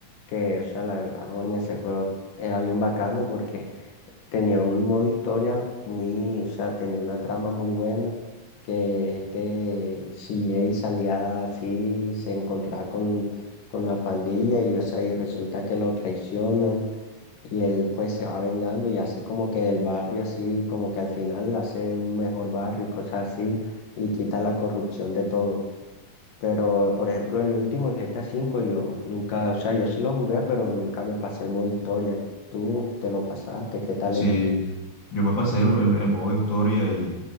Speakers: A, on the left; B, on the left.
A: que, o sea, la verdad, oye, ese juego era bien bacano porque tenía un modo historia muy, o sea, tenía una trama muy buena, que este CJ salía así, se encontraba con, con la pandilla y, o sea, y resulta que lo traicionan y él pues se va vengando y hace como que del barrio así, como que al final hace un mejor barrio y cosas así y quita la corrupción de todo. Pero, por ejemplo, el último, el GTA V, yo nunca, o sea, yo sí lo jugué, pero nunca me pasé el modo historia. ¿Tú te lo pasaste? ¿Qué tal
B: Sí,
A: es?
B: yo me pasé el, el- el modo historia y